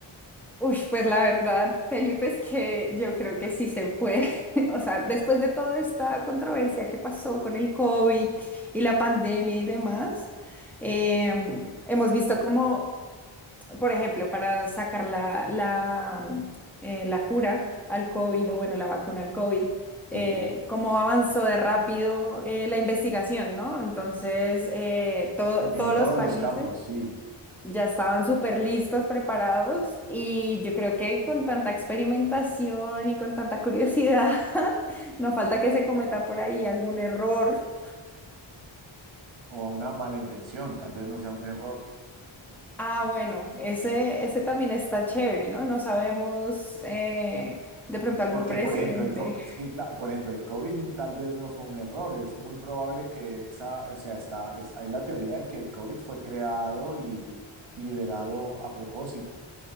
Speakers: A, in the centre; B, on the right.
A: Uy, pues la verdad, Felipe, es que yo creo que sí se puede. <laughs> O sea, después de toda esta controversia que pasó con el COVID y la pandemia y demás, em, hemos visto como, por ejemplo, para sacar la, la, mm, eh, la cura al COVID o bueno, la vacuna al COVID, eh,
B: Sí,
A: cómo avanzó de rápido eh, la investigación, ¿no? Entonces, eh, todo-
B: en
A: todos los
B: todos
A: países...
B: los campos, sí,
A: ya estaban súper listos, preparados y yo creo que con tanta experimentación y con tanta curiosidad, <laughs> no falta que se cometa por ahí algún error.
B: o a una mala intención, tal vez no sea un error.
A: Ah, bueno, ese, ese también está chévere, ¿no? No sabemos eh, de pronto algún
B: Porque,
A: presidente.
B: por ejemplo, el co- sí, claro, por ejemplo, el COVID tal vez no fue un error, es muy probable que esa, o sea, está, es, hay la teoría de que el COVID fue creado y liberado a propósito.